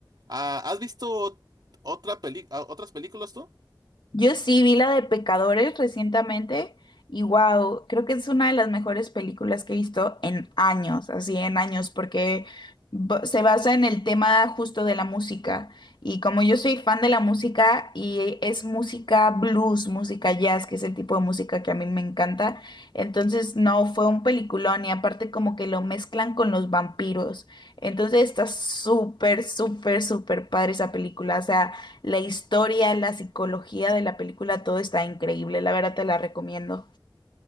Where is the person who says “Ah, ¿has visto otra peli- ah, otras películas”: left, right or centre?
Right